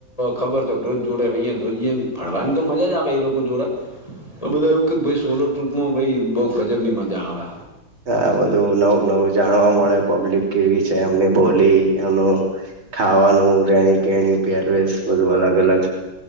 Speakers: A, on the left (about 15°); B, on the right (about 70°).
A: ખબર તો રોજ જોડે રહીએને રોજ ફળવાની તો મજાજ આવે એ લોકો જોડે.
B: <inaudible>
A: અ બધા એવું કે, ભઈ સોલો ટ્ર્રીપમાં ભઈ બઉ ગજબની મજા આવે.
B: હા બધું નવું નવું જાણવા મળે, પબ્લિક કેવી છે, એમની બોલી, એમનું ખાવાનું, રેણીકેણી, પેરવેશ, બધું અલગ અલગ